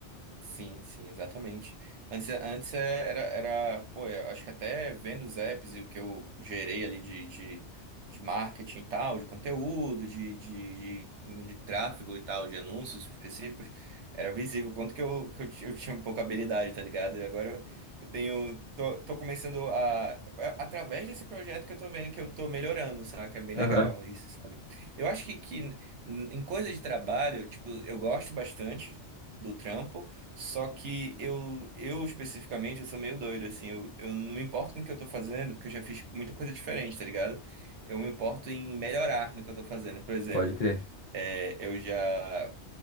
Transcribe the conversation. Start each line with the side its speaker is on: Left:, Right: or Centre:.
Right: Sim, sim, exatamente. Antes, antes é- era, era, pô, é, eu acho que até vendo os apps e o que eu gerei ali de, de, de marketing e tal, de conteúdo, de, de, de, de tráfego e tal, de anúncios específicos, era visível o quanto que eu, que eu, ti- eu tinha pouca habilidade, tá ligado? E agora eu, eu tenho, tô, tô começando a, é, através desse projeto que eu tô vendo que eu tô melhorando, saca? É bem legal
Left: Aham,
Right: isso, sabe? Eu acho que, que em em coisa de trabalho, tipo, eu gosto bastante do trampo, só que eu, eu especificamente, eu sou meio doido, assim, eu, eu não me importo com o que eu tô fazendo, porque eu já fiz muita coisa diferente, tá ligado? Eu me importo em melhorar no que eu tô fazendo. Por exemplo,
Left: pode crer.
Right: é, eu já,